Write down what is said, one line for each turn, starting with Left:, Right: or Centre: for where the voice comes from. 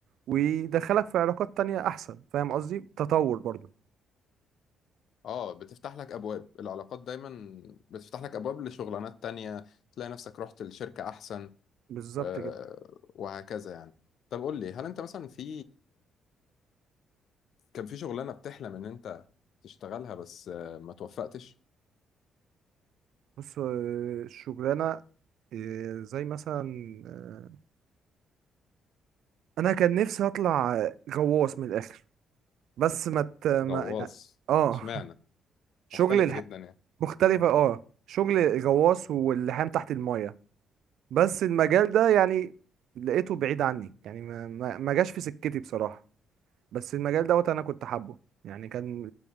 Right: ويدخلك في علاقات تانية أحسن فاهم قصدي تطور برضو
Left: اه بتفتح لك ابواب العلاقات دايما بتفتح لك ابواب لشغلانات تانية تلاقي نفسك رحت لشركة احسن
Right: بالظبط
Left: آه،
Right: كده
Left: وهكذا يعني طب قول لي هل انت مثلا في كان في شغلانة بتحلم ان انت تشتغلها بس آه، ما توفقتش
Right: بص آه، الشغلانة آه، زي مثلا آه، أنا كان نفسي أطلع غواص من الآخر بس ما ت... ما...
Left: غواص
Right: يعني- اه
Left: اشمعنى
Right: <laughs> شغل
Left: مختلفة
Right: الح...
Left: جدا يعني
Right: مختلفة اه شغل غواص واللحام تحت المية بس المجال ده يعني لقيته بعيد عني يعني ما ما ما جاش في سكتي بصراحة بس المجال دوت انا كنت حابه يعني كان